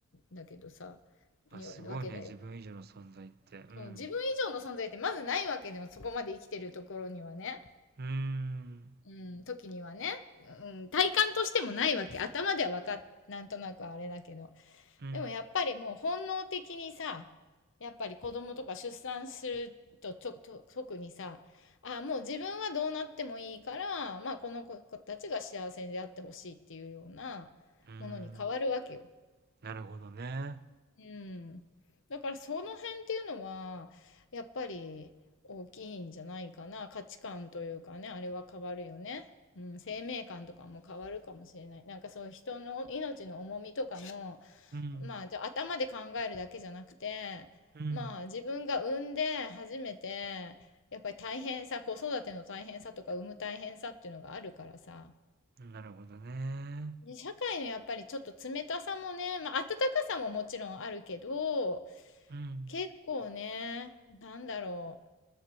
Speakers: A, on the left; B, on the right.
A: だけどさ、
B: あ、
A: にわけだよ。
B: すごいね、自分以上の存在って。うん。
A: そう、自分以上の存在ってまずないわけでも、そこまで生きてるところにはね。
B: うーん。
A: うん、時にはね、うん、体感としてもないわけ。頭ではわかっ、なんとなくあれだけど。
B: うん。
A: でもやっぱりもう本能的にさ、やっぱり子供とか出産すると、と、と、特にさ、あ、もう自分はどうなってもいいから、まあこの子たちが幸せであってほしいっていうようなものに変わるわけよ。
B: うーん。なるほどね。
A: うん。だからその辺っていうのは、やっぱり大きいんじゃないかな。価値観というかね、あれは変わるよね。うん、生命観とかも変わるかもしれない。なんかそういう人の命の重みとかも、
B: うん。
A: まあ、じゃあ頭で考えるだけじゃなくて、
B: うん。
A: まあ自分が産んで初めて、やっぱり大変さ、子育ての大変さとか産む大変さっていうのがあるからさ。
B: なるほどね。
A: で、社会のやっぱりちょっと冷たさもね、まあ温かさももちろんあるけど、
B: うん。
A: 結構ね、なんだろ